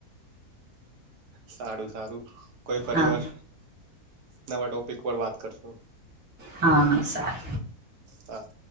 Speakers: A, on the right; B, on the right.
A: સારું સારું કોઈ ફરી
B: હા
A: વાર નવા ટોપિક પર વાત કરશો
B: હા હ સાર
A: હા.